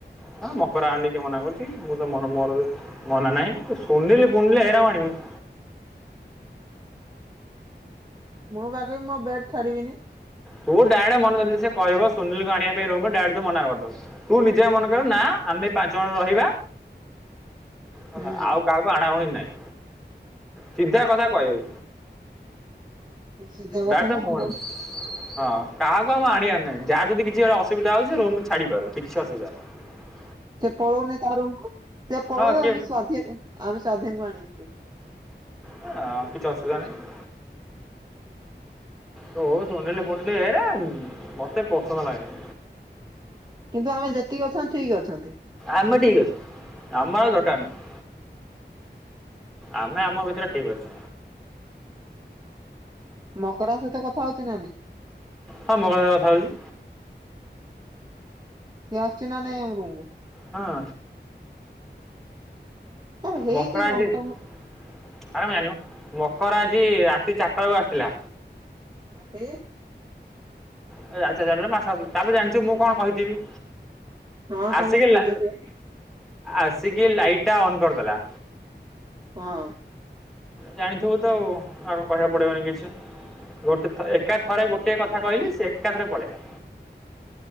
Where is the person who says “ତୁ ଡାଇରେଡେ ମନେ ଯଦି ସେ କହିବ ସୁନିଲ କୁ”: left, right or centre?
Centre